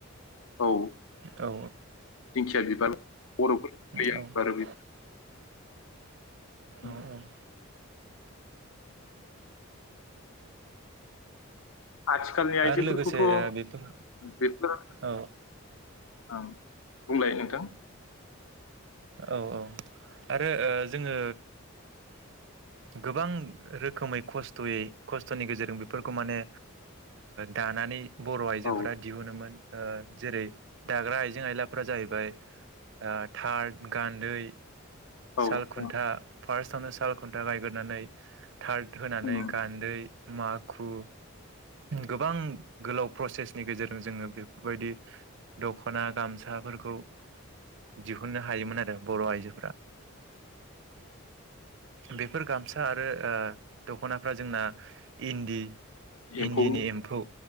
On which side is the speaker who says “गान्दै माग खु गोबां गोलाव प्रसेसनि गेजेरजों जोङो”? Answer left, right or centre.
Right